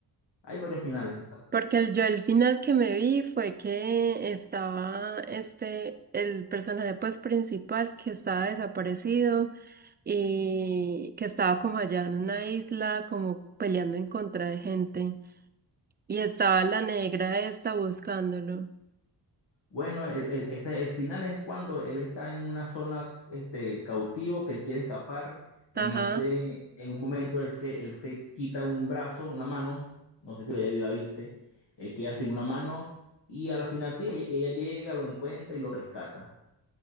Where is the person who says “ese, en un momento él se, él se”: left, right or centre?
Left